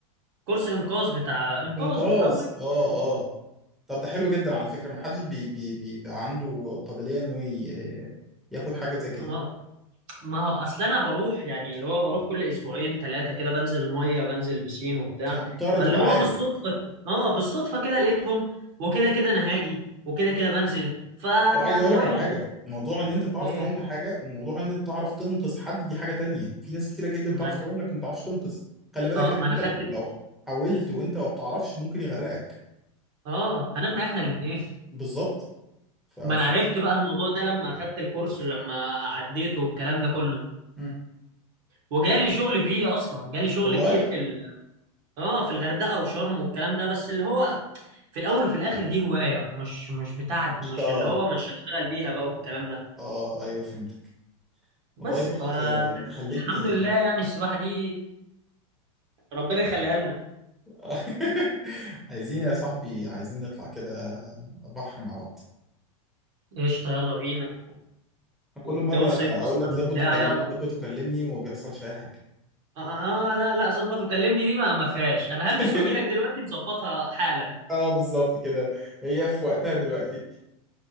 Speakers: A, on the right (about 55°); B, in the centre.
A: كورس انقاذ بتاع انقاذ
B: انقاذ
A: بتاع
B: اه اه طب ده حلو جدا على فكره ما حدش بي بي بيبقى عنده قابليه انه ي- ياخد حاجه زي كده
A: ميه ما هو اصل انا بروح يعني اللي هو بروح كل اسبوعين ثلاثه كده بنزل الميه بنزل بسين وبتاع
B: فمضطر
A: فاللي
B: تبقى
A: هو
B: عارف
A: بالصدفه اه بالصدفه كده لقيتهم وكده كده انا هاجي وكده كده بنزل فهو
B: وعايز اقول لك
A: ينط
B: على حاجه موضوع ان انت بتعرف
A: ايه
B: تعوم ده حاجه وموضوع ان انت بتعرف تنقذ حد دي حاجه تانية في ناس كتيره جدا
A: ما
B: بتعرف
A: انا
B: تعوم لكن ما بتعرفش تنقذ خلي بالك
A: اه
B: ان
A: ما انا
B: انت
A: خدت
B: لو لو حاولت وانت ما بتعرفش ممكن يغرقك
A: اه هنغنى احنا الاثنين
B: بالظبط ف... ف...
A: ما انا عرفت بقى الموضوع ده لما اخدت الكورس ولما عديته والكلام ده كله
B: مم.
A: وجالي شغل فيه اصلا جالي شغل
B: والله
A: كتير في ال... اه في الغردقه وشرم والكلام ده بس اللي هو في الاول وفي الاخر دي هوايه مش مش بتاعت
B: مش
A: مش
B: كا اه
A: اللي هو مش هشتغل بيها بقى والكلام ده
B: آه، ايوه فهمتك
A: بس
B: والله بص
A: فالحمد
B: آه، انت خلتني
A: لله يعني السباحه دي ربنا يخليها لنا
B: <laughs> عايزين يا صاحبي عايزين نطلع كده بحر مع بعض
A: قشطه يلا بينا
B: كل
A: والجو
B: مره
A: صيف
B: اقول
A: اصلا
B: لك ظبط
A: وبتاع
B: وكلمني
A: يلا
B: ظبط وكلمني وما بيحصلش اي حاجه
A: آه, آه, اه لا لا ظبط وكلمني دي ما ما فيهاش انا هلبس
B: <laughs>
A: واجي لك دلوقتي نظبطها حالا
B: اه بالظبط كده هي في وقتها دلوقتي